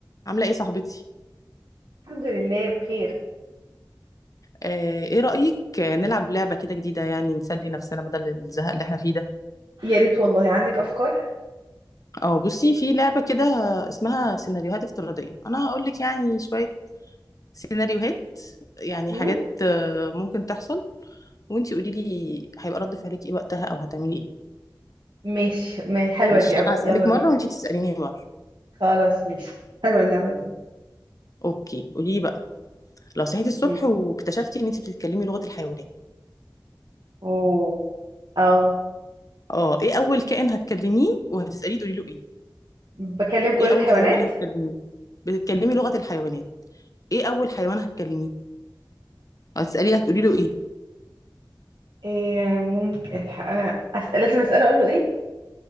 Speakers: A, on the left (about 45°); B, on the right (about 70°).
A: عاملة ايه صاحبتي؟
B: الحمد لله بخير
A: آه، ايه رأيك آه، نلعب لعبة كده جديدة يعني نسلي نفسنا بدل الزهق اللي احنا فيه ده
B: يا ريت والله عندك افكار
A: اه بصي في لعبة كده اسمها سيناريوهات افتراضية انا هقول لك يعني شوية سيناريوهات يعني
B: مم؟
A: حاجات آه، ممكن تحصل وانتي قولي لي هيبقى رد فعلك ايه وقتها او هتعملي ايه
B: ماشي ما حلوه
A: مش
B: دي قوي
A: انا هسألك
B: يلا بينا
A: مرة وانتي تسأليني مرة
B: خلاص ماشي حلوة اللعبة دي
A: اوكي قولي لي بقى لو صحيتي الصبح
B: امم
A: واكتشفتي ان انتي بتتكلمي لغة الحيوانات
B: اوه اه
A: اه ايه اول كائن هتكلميه وهتسأليه تقولي له ايه؟
B: بكلم كل
A: ايه اول
B: الحيوانات
A: حيوان هتكلميه بتتكلمي لغة الحيوانات ايه اول حيوان هتكلميه هتسأليه هتقولي له ايه
B: إيه ممكن الح... آه، اسال لازم اساله اقول له ايه